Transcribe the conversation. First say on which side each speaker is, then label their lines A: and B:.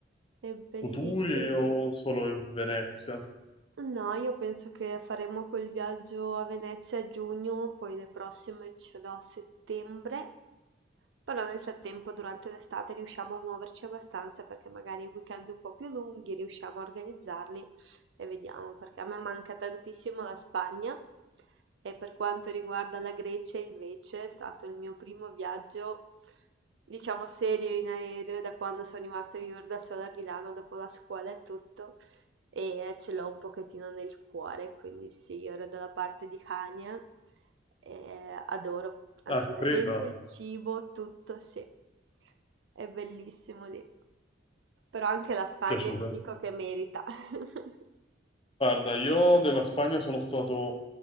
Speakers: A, on the right; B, on the left.
A: È bellissimo.
B: futuri o solo Venezia?
A: No, io penso che faremo quel viaggio a Venezia a giugno, poi le prossime ce l'ho a settembre, però nel frattempo durante l'estate riusciamo a muoverci abbastanza perché magari i weekend un po' più lunghi riusciamo a organizzarli e vediamo, perché a me manca tantissimo la Spagna e per quanto riguarda la Grecia invece è stato il mio primo viaggio, diciamo serio in aereo da quando sono rimasta a vivere da sola a Milano dopo la scuola e tutto e ce l'ho un pochettino nel cuore, quindi sì, io ero dalla parte di Hania e adoro, adoro
B: Ah,
A: la
B: Creta,
A: gente, il cibo, tutto, sì, è bellissimo lì. Però anche la Spagna
B: piaciuta.
A: ti dico che merita. <laughs>
B: Guarda, io della Spagna sono stato